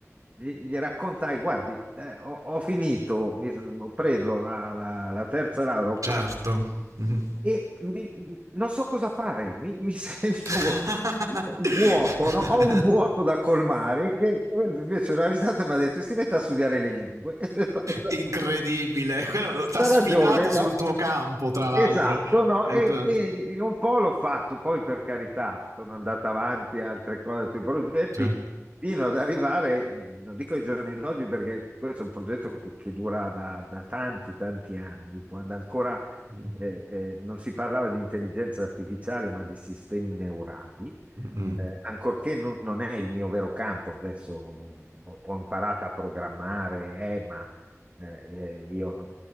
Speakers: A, on the right (about 25°); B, on the right (about 85°).
A: gli, gli raccontai: Guardi, eh, ho, ho finito, mi s- ho preso la, la- la terza laurea, ho
B: certo.
A: fatto
B: Mhm.
A: e mi- non so cosa fare, mi, mi <laughs> sento
B: <laughs>
A: vuoto, no? Ho un vuoto da colmare che invece una risata mi ha detto si mette a studiare le lingue. <laughs>
B: Incredibile, quello ti
A: Ha
B: ha sfidato
A: ragione,
B: sul
A: no?
B: tuo campo, tra l'altro.
A: Esatto, no?
B: E
A: E,
B: tra l'altro.
A: e- e un po' l'ho fatto, poi per carità sono andato avanti a altre cose, altri progetti,
B: Certo.
A: fino ad arrivare, non dico ai giorni d'oggi perché questo è un progetto che, che dura da, da tanti, tanti anni, quando ancora
B: Mm,
A: eh, eh, non si parlava di intelligenza artificiale ma di sistemi neurali,
B: mm, mm.
A: eh, ancorché non, non è il mio vero campo, adesso ho, ho imparato a programmare, eh, ma... Eh, eh, io